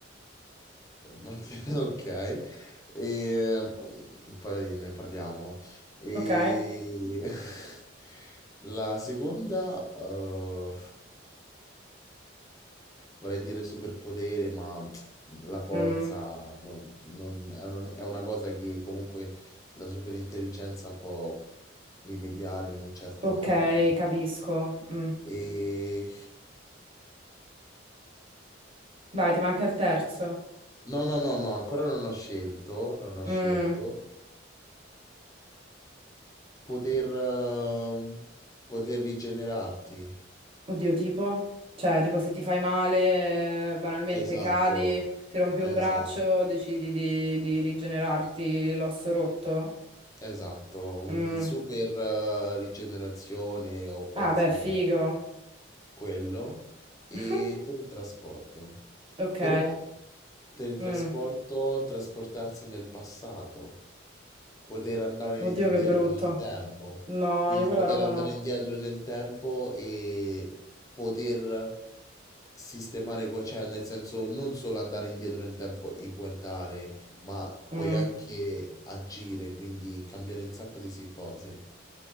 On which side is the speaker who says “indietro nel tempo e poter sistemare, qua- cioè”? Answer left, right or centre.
Left